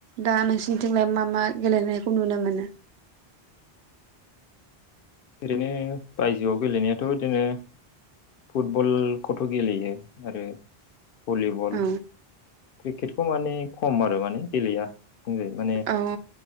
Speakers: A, on the right (about 85°); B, on the left (about 65°).
A: दा नोंसिरनिथिंलाय मा मा गेलेनायखौ नुनो मोनो? <inaudible>
B: ओरैनो बायजोआव गेलेनायाथ' बिदिनो फुटबल गथ' गेलेयो आरो भलिबल
A: औ
B: क्रिकेटखौ माने खम आरो माने गेलेया। बुंजायो माने
A: औ